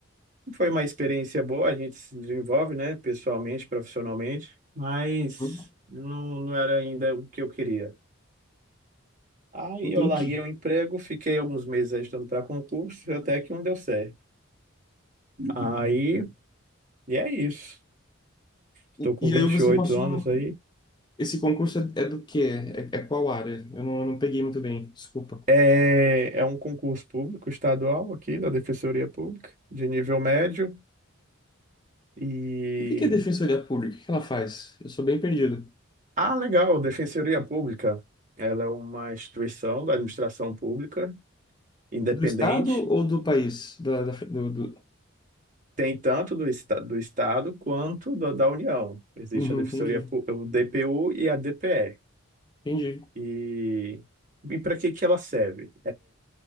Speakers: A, on the right; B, on the left.
A: Foi uma experiência boa, a gente se desenvolve, né? Pessoalmente, profissionalmente, mas
B: Uhum.
A: não, não era ainda o que eu queria. Aí
B: Entendi.
A: eu larguei o emprego, fiquei alguns meses aí estudando para concurso, até que um deu certo. Aí, e é isso. Estou
B: E,
A: com
B: e
A: vinte
B: aí você
A: e oito
B: passou.
A: anos
B: no-
A: aí.
B: Esse concurso é, é do quê? É, é qual área? Eu não, eu não peguei muito bem, desculpa.
A: É, é um concurso público estadual aqui da Defensoria Pública, de nível médio. E.
B: O que que é Defensoria Pública? O que ela faz? Eu sou bem perdido.
A: Ah, legal, Defensoria Pública. Ela é uma instituição da administração pública independente.
B: Do estado ou do país? Da, da, do, do-
A: Tem tanto do, esta- do Estado quanto da da União. Existe
B: Uhum,
A: a Defensoria,
B: entendi,
A: Pú- o DPU e a DPE.
B: entendi,
A: E, e para que que ela serve?